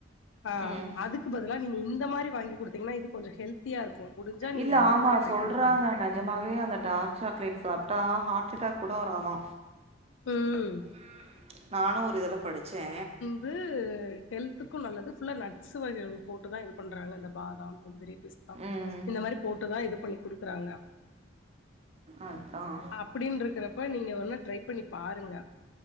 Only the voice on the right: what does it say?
ம்
இல்ல
ஆமா
சொல்றாங்க
நிஜமாவே அந்த டார்க் சாக்லேட் சாப்ட்டா ஹார்ட் அட்டாக் கூட வராதா
ம் நானு ஒரு இதுல படிச்சே
ம்
அதான்